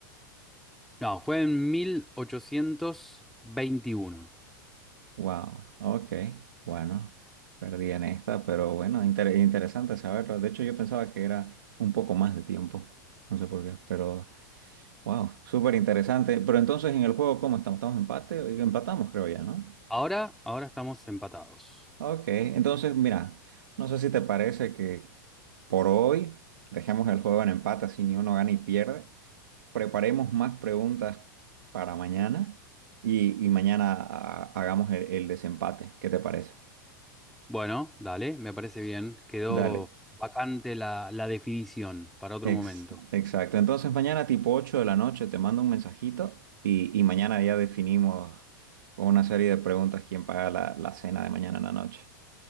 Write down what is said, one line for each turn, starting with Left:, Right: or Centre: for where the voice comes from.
Centre: No, fue en 1821.
Right: Wow, ok, bueno, perdí en esta, pero bueno, inter- interesante saberlo. De hecho, yo pensaba que era un poco más de tiempo, no sé por qué, pero wow, súper interesante. Pero entonces en el juego, ¿cómo estamos? ¿Estamos empate? Empatamos, creo ya, ¿no?
Centre: Ahora, ahora estamos empatados.
Right: Ok, entonces mira, no sé si te parece que por hoy dejemos el juego en empate, así ni uno gana y pierde. Preparemos más preguntas para mañana y, y mañana ah, hagamos el el desempate. ¿Qué te parece?
Centre: Bueno, dale, me parece bien. Quedó
Right: Dale.
Centre: vacante la, la definición para otro
Right: Ex-
Centre: momento.
Right: exacto. Entonces mañana tipo 8 de la noche te mando un mensajito y, y mañana ya definimos con una serie de preguntas quién paga la, la cena de mañana en la noche.